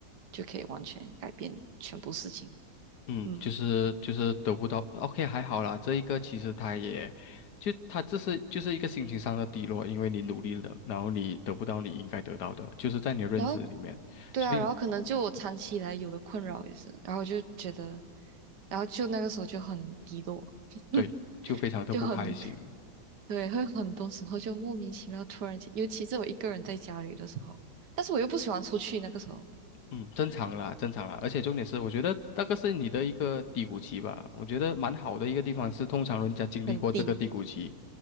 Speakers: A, on the right; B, on the left.
A: 就可以完全改变全部事情。
B: 嗯，
A: 嗯，
B: 就是就是得不到，OK，还好啦，这一个其实他也，就他这是就是一个心情上的低落，因为你努力了，然后你得不到你应该得到的，就是在你的认知里面，
A: 然后对啊，
B: 所以
A: 然后可能就我长期以来有的困扰也是，然后就觉得，然后就那个时候就很低落，
B: 对，
A: <laughs>
B: 就非常的不开心。
A: 就很，对，会很多时候就莫名其妙突然间，尤其是我一个人在家里的时候，但是我又不喜欢出去，那个时候
B: 嗯，正常啦，正常啦，而且重点是，我觉得那个是你的一个低谷期吧。我觉得蛮好的一个地方是，通常人家经历过这个低谷期，
A: 很低。